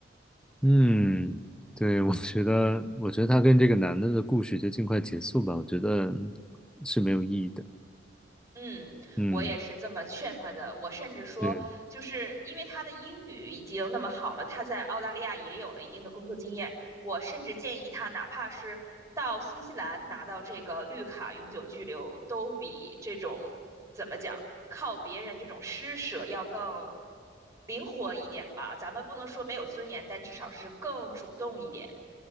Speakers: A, in the centre; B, on the right.
A: 嗯，对，我觉得，我觉得他跟这个男的的故事就尽快结束吧，我觉得是没有意义的。
B: 嗯，
A: 嗯，
B: 我也是这么劝他的。我甚至说，
A: 对。
B: 就是因为他的英语已经那么好了，他在澳大利亚也有了一定的工作经验。我甚至建议他，哪怕是到新西兰拿到这个绿卡永久居留，都比这种怎么讲靠别人这种施舍要更灵活一点吧。咱们不能说没有尊严，但至少是更主动一点。